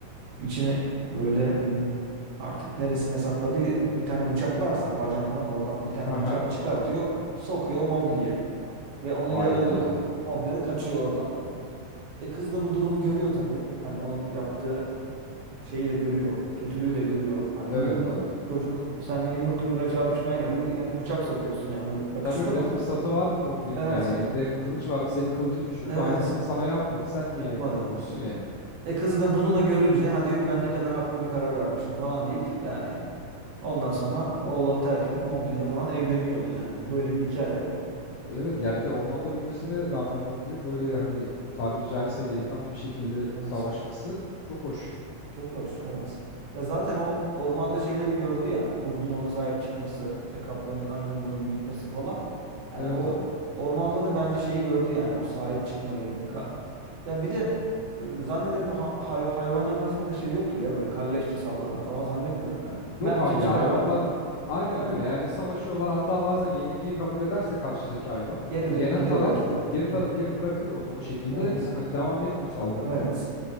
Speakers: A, on the right; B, on the left.
A: içine böyle hmm, artık neresine sakladığı bir tane bıçak varsa bacağında mı oradan bir tane
B: Hı hı.
A: bıçağı çıkartıyor. Sokuyor Mowgli'ye ve onu
B: Hayda.
A: yaralıyor. Mowgli de kaçıyor oradan. E kız da bu durumu görüyor tabii. Hani onun yaptığı e, şeyi de görüyor. Kötülüğü de görüyor. Hani
B: Evet
A: yumruk
B: abi.
A: çocuk seninle yumruk yumruğa çarpışmaya geldi. Yani bıçak sokuyorsun yani bu yakıştı
B: Tabii bir
A: mı?
B: de fırsatı vardı Mowgli'nin
A: Evet.
B: yani elinde kılıç vardı senin kılıcını düşürdü
A: Evet.
B: aynısını sana yapmadı sen niye
A: Yapmadı.
B: yapıyorsun yani.
A: E kız da bunu da görünce ha diyor ki ben ne kadar haklı bir karar vermişim falan deyip yani ondan sonra oğlanı terk edip Mowgli ile falan evleniyordu yani. Böyle bir hikaye.
B: Evet ya bir de ormanda büyümesine rağmen Mowgli'nin böyle hani tabiri caizse delikanlı bir şekilde
A: Evet.
B: savaşması çok hoş.
A: Çok hoş. Evet. Ya zaten o ormanda şeyleri gördü ya hani kurdun ona sahip çıkması, işte kaplanın ayının bunu büyütmesi falan. Yani
B: Evet
A: o
B: abi.
A: ormanda da bence şeyi gördü yani o sahip çıkmayı. Ka- ya bir de e, zannederim bu ha- hay- hayvanların arasında da şey yoktur ya böyle kalleşçe saldıran falan zannetmiyorum yani.
B: Yok
A: Mertçe
B: abi
A: çıkarlar,
B: ya hayvanlar aynen
A: değil mi?
B: öyle yani savaşıyorlar hatta bazen yenilgiyi kabul ederse karşıdaki hayvan
A: Geri
B: yenen
A: dönüp gidiyor
B: taraf
A: belki de.
B: geri tar-
A: Hı hı.
B: geri bırakıyor onu o şekilde
A: Evet.
B: hani devam etmiyor saldırmaya.
A: Evet.